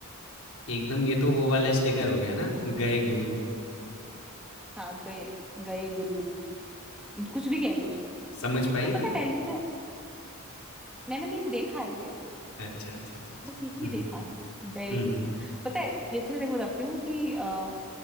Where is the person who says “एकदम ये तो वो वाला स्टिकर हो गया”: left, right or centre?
Left